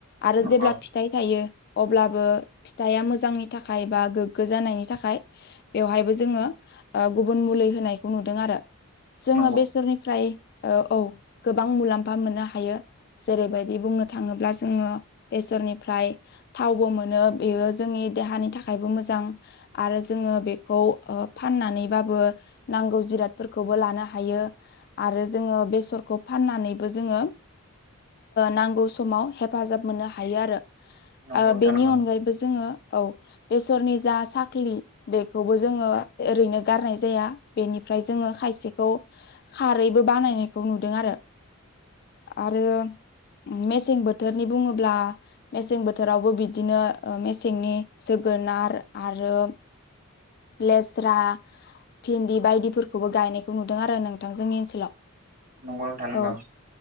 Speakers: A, on the left; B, on the right.
A: आरो
B: नंगौ
A: जेब्ला फिथाइ थायो अब्लाबो फिथाइया मोजांनि थाखाय बा गोग्गो जानायनि थाखाय बेवहायबो जोङो ओ गुबुन मुलि होनायखौ नुदों आरो जोङो
B: नंगौ
A: बेसोरनिफ्राय ओ औ गोबां मुलाम्फा मोननो हायो जेरैबायदि बुंनो थाङोब्ला जोङो बे सरनिफ्राय थावबो मोनो बेयो जोंनि देहानि थाखायबो मोजां आरो जोङो बेखौ ओ फननानैबो नांगौ जिराद फोरखौबो लानो हायो आरो जोङो बेसरखौ फाननानैबो जोङो नांगौ ओ समाव हेफाजाब मोननो हायो आरो
B: नंगौ
A: ओ
B: नोंथां
A: बेनि
B: नंगौ
A: अनगायैबो जोङो औ बेसरनि जा साख्लि बेखौबो जोङो ओरैनो गारनाय जाया बेनिफ्राय जोङो खायसेखौ खारैबो बानायनायखौ नुदों आरो। आरो मेसें बोथोरनि बुङोब्ला मेसें बोथोरावबो बिदिनो मेसेंनि जो गोनार आरो लेस्रा, भिन्दि बायदिफोर खौबो गायनायखौ नुदों आरो नोंथां जोंनि ओनसोलाव।
B: नंगौ नोंथां नंगौ
A: औ